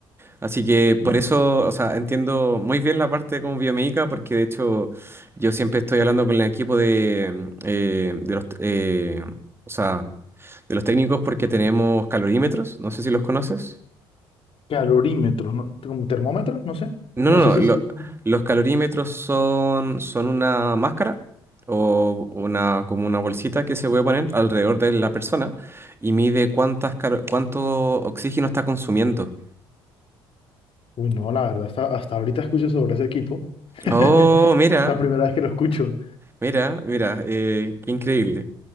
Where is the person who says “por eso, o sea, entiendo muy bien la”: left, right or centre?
Right